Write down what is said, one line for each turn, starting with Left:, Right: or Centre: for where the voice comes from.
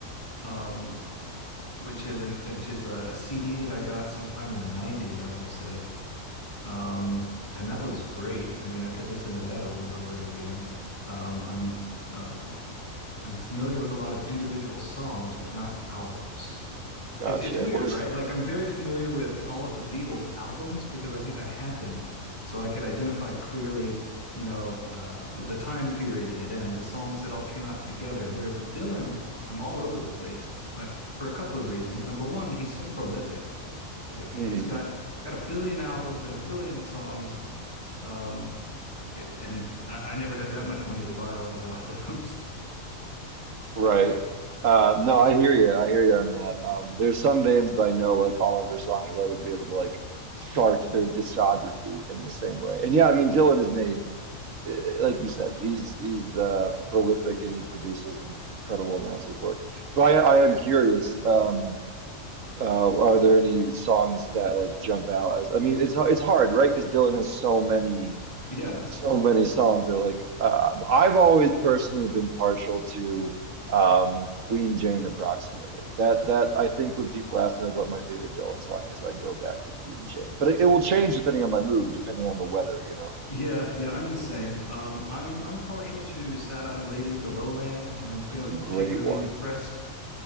Left: um, which is an which is a, a CD that I got sometime in the 90s, I want to say. Um, and that was great. I mean, I could listen to that over and over again. Um, I'm uh, I'm familiar with a lot of individual songs, but not albums.
Right: Gotcha.
Left: It's it's weird,
Right: What is?
Left: right? Like I'm very familiar with all of the Beatles albums because I think I had them, so I could identify clearly, you know, uh, the time period and the songs that all came out together. Whereas with Dylan, I'm all over the place, like for a couple of reasons. Number one, he's so prolific. Like he-
Right: Mhm.
Left: has got got a billion albums and a billion songs. Um, and I, I never had that much money to buy all of his albums. <laughs>
Right: Right. Uh, no, I hear you. I hear you on that. Um, there's some bands that I know like all of their songs, but I wouldn't be able to like chart their discography in the same way. And yeah, I mean Dylan has made eh, like you said, he's he's uh, prolific and he produces incredible amounts of work. But I I am curious. Um, uh, are there any songs that like jump out as? I mean, it's it's hard, right? Because Dylan has so many
Left: Yeah.
Right: so many songs. They're like uh, I've always personally been partial to um, Queen Jane approximately. That that I think when people ask me like what my favorite Dylan song is, I go back to Queen Jane. But it, it will change depending on my mood, depending on the weather, you know.
Left: Yeah, yeah, I'm the same. Um, I'm I'm partial to Sad-Eyed Lady of the Lowland when I'm feeling
Right: That's a great
Left: particularly
Right: one.
Left: depressed.